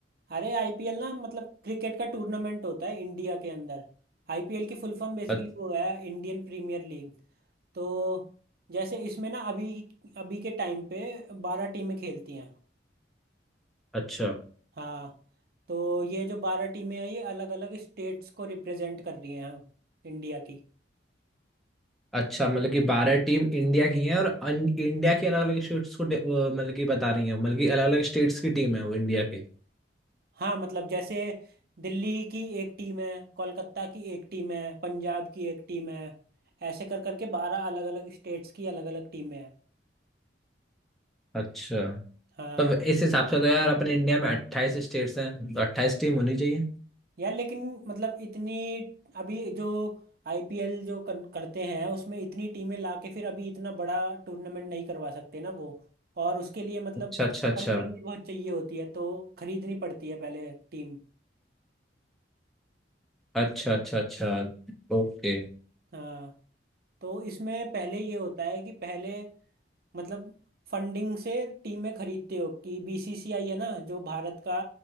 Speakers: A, on the right; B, in the centre.
A: अरे आईपीएल ना मतलब क्रिकेट का टूर्नामेंट होता है इंडिया के अंदर आईपीएल की फुल फॉर्म बेसिकली
B: अ-
A: वो है इंडियन प्रीमियर लीग तो जैसे इसमें ना अभी अभी के टाइम पे बारह टीमें खेलती हैं
B: अच्छा
A: हाँ तो ये जो बारह टीमें हैं ये अलग अलग स्टेट्स को रिप्रेजेंट कर रही हैं हाँ, इंडिया की
B: अच्छा मतलब कि बारह टीम इंडिया की हैं और अन, इंडिया की अलग अलग स्टेट्स को डे- वो, मतलब कि बता रही हैं मतलब कि अलग अलग स्टेट्स की टीम है वो इंडिया के
A: हाँ मतलब जैसे दिल्ली की एक टीम है कोलकाता की एक टीम है पंजाब की एक टीम है ऐसे कर करके बारह अलग अलग स्टेट्स की अलग अलग टीमें हैं
B: अच्छा
A: हाँ
B: तब इस हिसाब से तो यार अपने इंडिया में अट्ठाईस स्टेट्स हैं तो अट्ठाईस टीम होनी चाहिए
A: यार लेकिन मतलब इतनी अभी जो आईपीएल जो कर, करते हैं उसमें इतनी टीमें लाके फिर अभी इतना बड़ा टूर्नामेंट नहीं करवा सकते ना वो और उसके लिए मतलब
B: अच्छा अच्छा अच्छा
A: फंडिंग भी बहुत चाहिए होती है तो खरीदनी पड़ती है पहले टीम
B: अच्छा अच्छा अच्छा ओके
A: हाँ तो इसमें पहले ये होता है कि पहले मतलब फंडिंग से टीमें खरीदते हो कि बीसीसीआई है ना जो भारत का